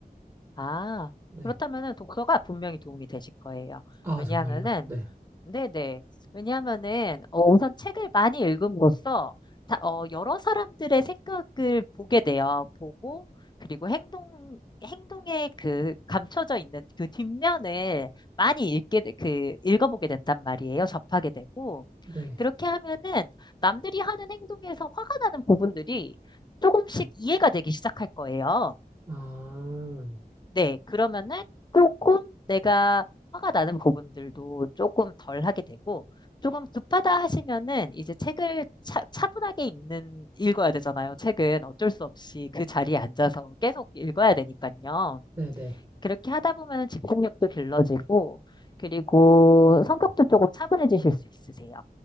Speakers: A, on the left; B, on the right.
A: 아,
B: 네.
A: 그렇다면은 독서가 분명히 도움이 되실 거예요.
B: 아,
A: 왜냐하면은
B: 정말요? 네.
A: 네네. 왜냐하면은 어, 우선 책을 많이 읽음으로써 다, 어, 여러 사람들의 생각을 보게 돼요. 보고 그리고 행동 행동에 그 감춰져 있는 그 뒷면을 많이 읽게 돼- 그 읽어보게 된단 말이에요. 접하게 되고
B: 네.
A: 그렇게 하면은 남들이 하는 행동에서 화가 나는 부분들이 조금씩 이해가 되기 시작할 거예요.
B: 아,
A: 네, 그러면은 조금 내가 화가 나는 부분들도 조금 덜 하게 되고, 조금 급하다 하시면은 이제 책을 차, 차분하게 읽는, 읽어야 되잖아요. 책은 어쩔 수 없이 그 자리에 앉아서 계속 읽어야 되니까요.
B: 네네.
A: 그렇게 하다 보면 집중력도 길러지고, 그리고 성격도 조금 차분해지실 수 있으세요.